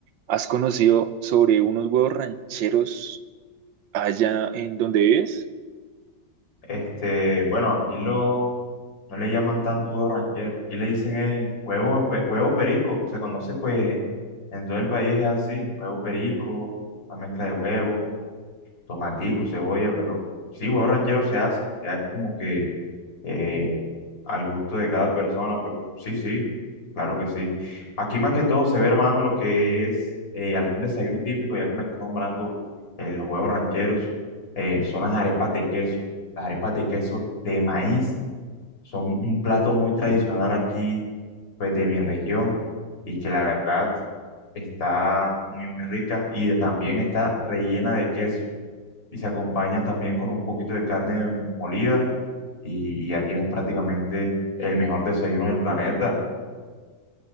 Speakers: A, on the right; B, on the left.
A: ¿Has conocido sobre unos huevos rancheros allá en donde vives?
B: Este, bueno, aquí lo, no le llaman tanto huevo ranchero, aquí le dicen es huevo, pe- huevo perico, se conoce pues en todo el país es así, huevo perico, la mezcla de huevo con tomatico, cebolla, pero sí, huevo ranchero se hace, ya es como que eh, al gusto de cada persona, pero sí, sí, claro que sí. Aquí más que todo se ve, hermano, lo que es eh, algún desayuno típico, ya que me está nombrando eh, los huevos rancheros, eh, son las arepas de queso. Las arepas de queso de maíz son un plato muy tradicional aquí, pues de mi región, y que la verdad está muy, muy rica y de- también está rellena de queso. Y se acompaña también con un poquito de carne molida y, y ya tienes prácticamente el mejor desayuno del planeta.